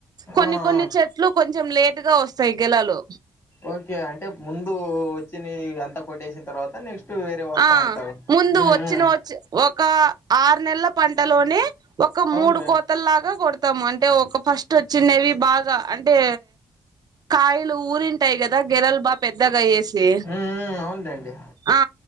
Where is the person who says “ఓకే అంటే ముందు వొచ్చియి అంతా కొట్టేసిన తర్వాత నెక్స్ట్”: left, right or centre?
Left